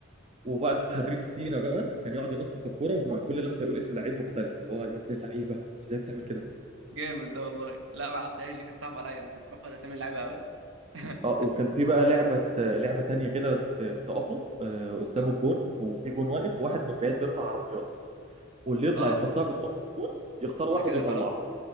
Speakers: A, on the right; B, on the right.
A: وبقى الحريف فينا بقى كان يقعد ينطط الكوره ومع كل لمسه يقول اسم لعيب مختلف اللي هو يا ابن اللعيبه ازاي بتعمل كده
B: جامد ده والله لا ما عرفتهاش دي كانت صعبه عليا انا ما كنتش بحفظ اسامي اللعيبه قوي <laughs>
A: اه وكان في بقى لعبة لعبة تانية كده بت- بتقفوا آه، قدام
B: اه
A: الجون وفي جون واقف وواحد من بعيد بيرفع عرضيات واللي يطلع
B: اه
A: يحطها بدماغه في الجون يختار واحد
B: ده كده
A: يطلعه
B: خلاص